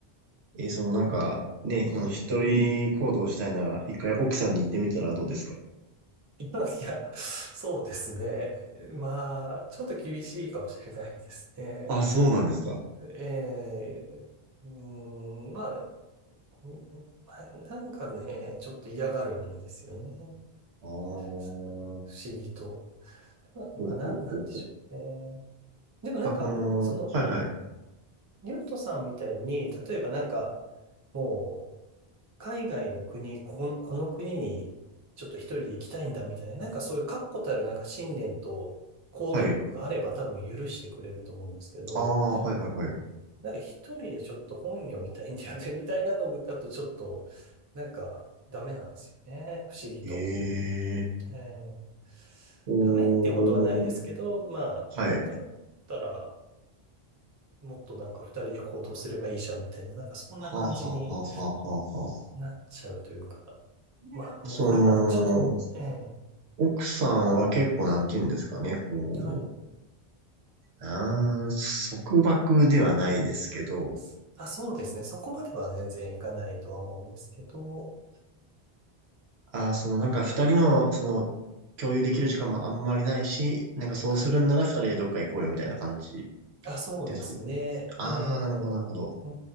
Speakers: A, on the right (about 80°); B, on the right (about 25°).
A: えーそのなんか、ね、
B: はい。
A: その一人行動したいなら、
B: <laughs>
A: 一回奥さんに行ってみたらどうですか
B: いや、そうですね。まあ、ちょっと厳しいかもしれないですね。
A: あ、そうなんですか。
B: ええ、うーん、まあ、うんうんなんかね、ちょっと嫌がるんですよね。
A: ああ、ほ
B: そう不思議と。ままあ、
A: うほうほうほう。
B: なんなんでしょうね。でもなんか、
A: あ、この、
B: その、
A: はいはい、
B: リュウトさんみたいに、例えばなんか、もう、海外の国、ここの、この国に、ちょっと一人で行きたいんだみたいな、なんかそういう確固たるなんか信念と行動力があれば多分許してくれると思うんですけど、
A: はい。ああ、はいはいはい。
B: なんか一人でちょっと本読みたいんだよね、<laughs> みたいなのだとちょっと、なんかダメなんですよね。不思議と。
A: ええ
B: えー
A: おー、
B: ダメっていうことはないですけど、まあ、
A: はい。
B: だったら、もっとなんか二人で行動すればいいじゃんみたいな、なんかそんな感じに
A: はあはあはあはあはあはあ。
B: なっちゃうというか、まあ、
A: でその、
B: もうこれはちょっと、ええ
A: 奥さんは結構なんて言うんですかね、こ
B: はい。
A: う、あー束縛ではないですけど、
B: すあ、そうですね。そこまでは全然いかないとは思うんですけど、
A: あーそのなんか二人の、その、共有できる時間もあんまりないし、なんかそうするんなら二人でどっか行こうよみたいな感じ
B: はい。あ、そうですね。
A: です。ああ、
B: ええう
A: なるほど、なるほど。